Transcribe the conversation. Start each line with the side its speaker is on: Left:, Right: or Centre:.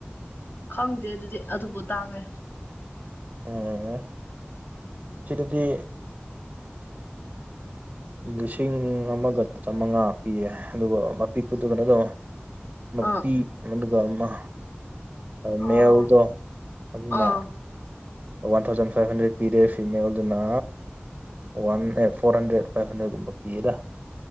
Left: ꯈꯪꯗꯦ ꯑꯗꯨꯗꯤ ꯑꯗꯨꯕꯨ ꯇꯥꯡꯉꯦ
Right: <unintelligible> ꯁꯤꯗꯗꯤ ꯂꯤꯁꯤꯡ ꯑꯃꯒ ꯆꯥꯃꯉꯥ ꯄꯤꯌꯦ ꯑꯗꯨꯒ ꯑꯄꯤꯛꯄꯗꯨꯗꯅ ꯑꯗꯨꯝ ꯃꯄꯤ
Left: ꯑꯥ
Right: ꯃꯗꯨꯒꯥ ꯑꯃ ꯃꯦꯜꯗꯣ
Left: ꯑꯣ
Right: ꯑꯗꯨꯅ
Left: ꯑꯥ
Right: ꯋꯥꯟ ꯊꯥꯎꯖꯟ ꯐꯥꯏꯚ ꯍꯟꯗ꯭ꯔꯦꯠ ꯄꯤꯔꯦ ꯐꯤꯃꯦꯜꯗꯨꯅ one eight four hundred five ꯍꯟꯗ꯭ꯔꯦꯠꯀꯨꯝꯕ ꯄꯤꯌꯦꯗ